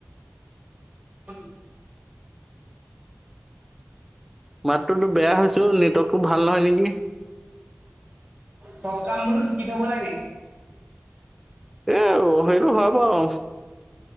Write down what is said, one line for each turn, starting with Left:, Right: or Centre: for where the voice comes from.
Right: তোক
Centre: মাতটোতু বেয়া হৈছো নেটৱৰ্কটো ভাল নহয় নেকি?
Right: চব কাম বোলো শিকি থব লাগে।
Centre: এ সেইটো হয়‌বাৰু।